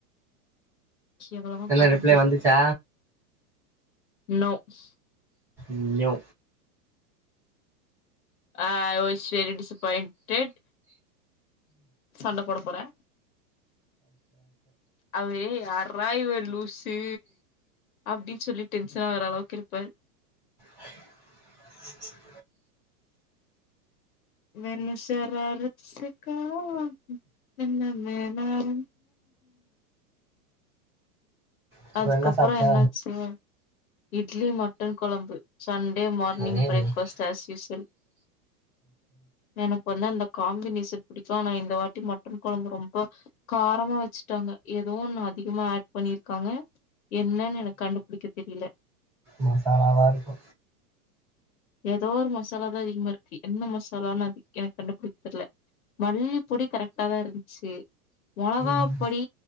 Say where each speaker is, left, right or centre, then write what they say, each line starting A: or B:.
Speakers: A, on the left (about 60°); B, in the centre.
A: எவ்வளவு
B: என்ன
A: பரேன்டென்டு
B: ரிப்ளை வந்துச்சா
A: நோட்ஸ்
B: ய்யோ
A: ஆ ஸ் வெரி டிசப்பாய்ண்டெட் சண்ட போட போறே அவ்யே யாரா இவ லூசி சி அப்டின் சொல்லி டென்ஷனா வரற அளவுக்கு இருப்ப
B: <inaudible>
A: மெணு சராரசிக்காக வா என்ன வேணாலு
B: அப்புறம்
A: அதுக்கப்புறோ
B: என்ன சாப்ட்ட
A: என்னாச்சு இட்லி மட்டன் கொழம்பு Sunday morning
B: okay
A: breakfast as usual எனக்கு வந்து அந்த காம்பினேஷன் புடிக்கும் நா இந்த வாட்டி மட்டன் கொழம்பு ரொம்ப காரமா வெச்சுட்டாங்க எதோ ஒன்னு அதிகமா ஆட் பண்ணிருக்காங்க என்னன் எனக்கு கண்டுபுடிக்க தெரியல
B: மசாலாவாருக்கு
A: ஏதோ ஒரு மசாலா தான் அதிகமா இருக்கு என்ன மசாலானு அது எனக்கு கண்டுபிடிக்க தெர்ல மல்லிப்பொடி கரெக்ட்டா தா இருந்ச்சு மொளகா
B: ம்
A: பொடி